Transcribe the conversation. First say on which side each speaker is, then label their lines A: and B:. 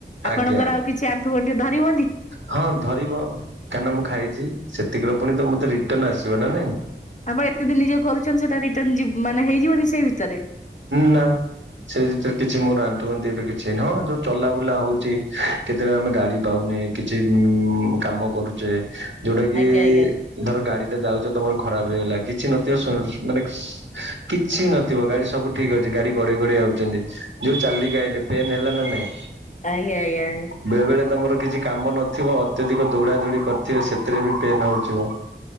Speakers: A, on the right; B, on the left.
A: ଆଜ୍ଞା
B: ଆପଣଙ୍କର ଆଉ କିଛି ଆ ଆଣ୍ଠୁ ଗଣ୍ଠି ଧରିବନି?
A: ହଁ ଧରିବ କାହିଁକିନା ମୁଁ ଖାଇଛି ସେତିକିର ପୁଣି ତ ମତେ ରିଟନ ଆସିବ ନା ନାଇଁ।
B: ଆମ ଏତେ ଦିନ ଯୋଉ କରୁଛ ସେଟା ରିଟର୍ନଣ ମାନେ ହେଇଯିବନି ସେଇ ଭିତରେ
A: ନା ସେ ଭିତରେ କିଛି ମୋର ଆଣ୍ଠୁ ଗଣ୍ଠି ଏବେ କିଛି ହେଇନି ହଁ ଯୋଉ ଚଲା ବୁଲା ହଉଛି କେତେବେଳେ ଆମେ ଗାଡି ପାଉନେ କିଛି ଉଁ କାମ କରୁଛେ ଯୋଉଟା କି
B: ଆଜ୍ଞା ଆଜ୍ଞା
A: ଧର ଗାଡି ଟା ଯାଉଛ ତମର ଖରାପ ହେଇଗଲା କିଛି ନଥିବ ସୁ ମାନେ କିଛି ନଥିବ ଗାଡି ସବୁ ଠିକ ଅଛି ଗାଡି ଗଡେଇ ଘଡେଇ ଆଉଛନ୍ତି। ଯୋଉ ଚାଲିକି ଆଇଲେ ପେନ୍ ହେଲା ନା ନାଇଁ?
B: ଆଜ୍ଞା ଆଜ୍ଞା ଆଜ୍ଞା
A: ବେଳେ ବେଳେ ତମର କିଛି କାମ ନଥିବ ଅତ୍ୟଧିକ ଦୌଡା ଦୌଡି କରିଥିବେ ସେଥିରେ ବି ପେନ୍ ହଉଥିବ।